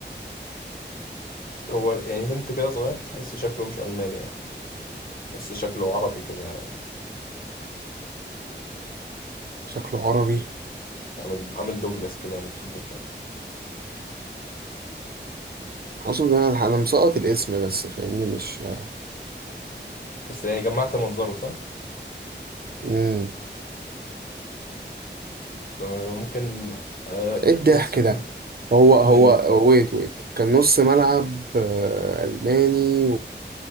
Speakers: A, on the left (about 50°); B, on the right (about 55°).
A: هو يعني هنت كده صغير تحس شكله مش الماني يعني تحس شكله عربي كده
B: شكله عربي
A: عامل عامل دوجلاس كده متخلفه
B: حاسه بقى أنا مسقط الاسم بس فاهمني مش آه،
A: بس يعني جمعت منظره صح
B: مم.
A: فممكن آه
B: ايه الضحك
A: اسم
B: ده هو هو
A: ايه
B: ويت ويت كان نص ملعب آه، الماني